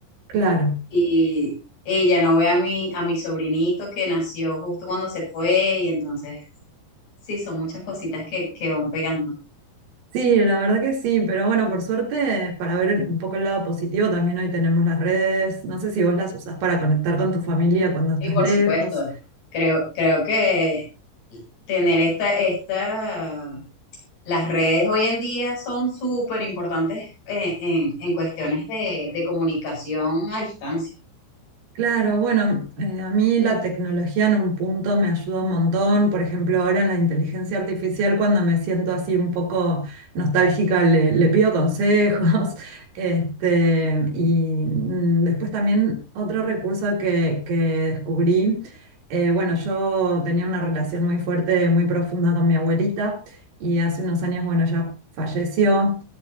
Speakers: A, on the right; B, on the left.
A: claro.
B: y ella no ve a mi, a mi sobrinito que nació justo cuando se fue y entonces sí, son muchas cositas que, que van pegando.
A: Sí, la verdad que sí, pero bueno, por suerte, para ver un poco el lado positivo, también hoy tenemos las redes. No sé si vos las usás para conectar con tu familia cuando estás
B: Y por
A: lejos.
B: supuesto, creo, creo que tener esta, esta Las redes hoy en día son súper importantes eh, en, en cuestiones de, de comunicación a distancia.
A: Claro, bueno, eh, a mí la tecnología en un punto me ayuda un montón. Por ejemplo, ahora en la inteligencia artificial, cuando me siento así un poco nostálgica, le, le pido consejos. <laughs> Este, y mm, después también otro recurso que, que descubrí, eh, bueno, yo tenía una relación muy fuerte, muy profunda con mi abuelita y hace unos años, bueno, ella falleció.